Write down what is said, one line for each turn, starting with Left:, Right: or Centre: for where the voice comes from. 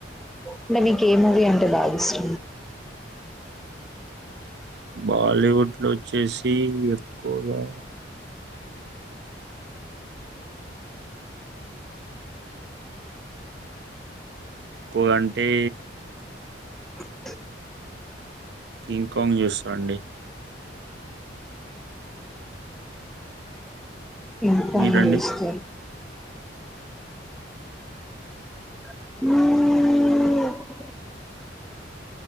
Centre: అంటే మీకు ఏ మూవీ అంటే బాగా ఇష్ట
Right: బాలీవుడ్ లో వ చేేసి ఎక్కువగా కో అంటే
Centre: ఉ
Right: కింగ్కాంగ్ యూస్ అండి
Centre: ఇకా
Right: మీరండి
Centre: వస్త హ్మ్